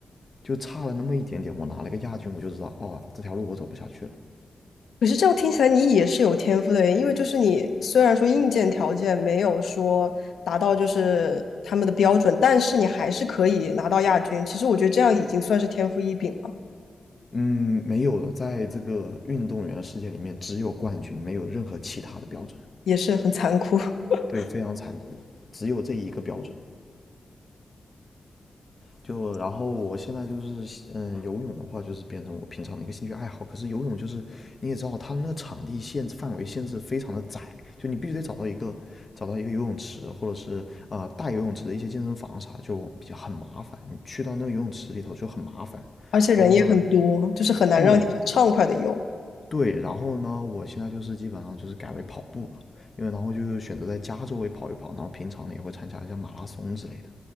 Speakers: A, on the left (about 25°); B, on the left (about 90°).
A: 就差了那么一点点，我拿了个亚军，我就知道哦这条路我走不下去了，
B: 可是这样听起来，你也是有天赋的耶，因为就是你虽然说硬件条件没有说达到就是他们的标准，但是你还是可以拿到亚军。其实我觉得这样已经算是天赋异禀了，
A: 嗯，没有的，在这个运动员的世界里面，只有冠军，没有任何其他的标准。
B: 也是很残酷，<laughs>
A: 对，非常残酷的只有这一个标准。就然后我现在就是，嗯，游泳的话就是变成我平常的一个兴趣爱好。可是游泳就是你也知道，它那个场地限范围限制非常的窄，就你必须得找到一个找到一个游泳池，或者是啊、呃大游泳池的一些健身房啥，就比较很麻烦。你去到那个游泳池里头就很麻烦。
B: 而且人也很多，
A: 然后呢，
B: 就是很难让你很畅快的游。
A: 对，对，然后呢，我现在就是基本上就是改为跑步了，因为然后就是选择在家周围跑一跑，然后平常呢也会参加一下马拉松之类的。